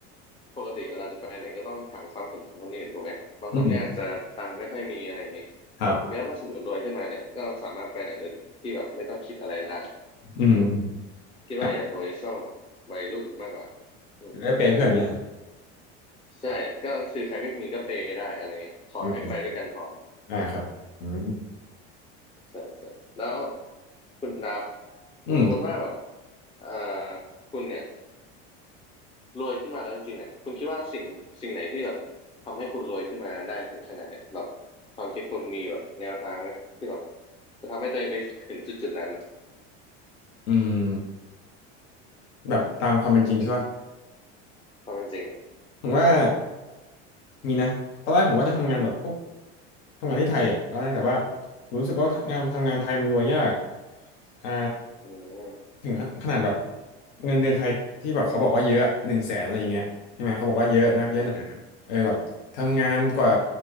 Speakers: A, on the left; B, on the left.
A: ปกติเวลาจะไปไหนก็ต้องถามความเห็นของคนอื่นถูกไหมบางคนก็อาจจะตังค์ไม่ค่อยมีอะไรอย่างนี้
B: อืมครับ
A: ผมคิดว่าถ้าสมมติรวยขึ้นมาเนี่ยก็สามารถไปไหนโดยที่ที่แบบไม่ต้องคิดอะไรได้
B: อืม
A: อืมคิดว่าอยากรวยช่วงแบบวัยรุ่นมากกว่า
B: ครับ
A: อืมใช่
B: ได้เปย์เพื่อนอย่างนี้เหรอ
A: ใช่ก็คือใครไม่มีก็เปย์ได้อะไรเงี้ยขอให้ไปด้วยกันพอ
B: อืมอ่าครับอืม
A: อืมใช่ใช่แล้วคุณดับ
B: อืม
A: สมมติว่าแบบเอ่อคุณเนี่ย รวยขึ้นมาแล้วจริงๆเนี่ยคุณคิดว่าสิ่งสิ่งไหนที่แบบทำให้คุณรวยขึ้นมาได้ถึงขนาดเนี่ยแบบความคิดคุณมีแบบแนวทางไหมที่แบบจะทำให้ตัวเองไปถึงจุดจุดนั้นอะ
B: อืมแบบตามความเป็นจริงใช่ป่ะ
A: ความเป็นจริงอะ
B: ผมว่า มีนะตอนแรกผมว่าจะทำงานแบบพวกทำงานที่ไทยอ่ะตอนแรกแต่ว่าผมรู้สึกว่างานทำงานไทยมันรวยยากอ่า
A: อืม
B: ถึงขนาดแบบเงินเดือนไทยที่แบบเขาบอกว่าเยอะหนึ่งแสนอะไรอย่างเงี้ยใช่ไหมเขาบอกว่าเยอะนักเยอะหนา
A: อืม
B: เออแบบทำงานกว่า